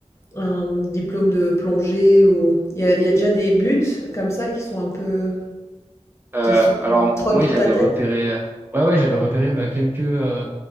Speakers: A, on the left (about 20°); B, on the right (about 15°).
A: un diplôme de plongée ou il y a il y a déjà des buts comme ça qui sont un peu
B: Euh,
A: qui sont
B: alors,
A: qui trottent
B: moi,
A: dans
B: j'avais
A: ta tête?
B: repéré, euh, ouais, ouais, j'avais repéré bah, quelques, euh,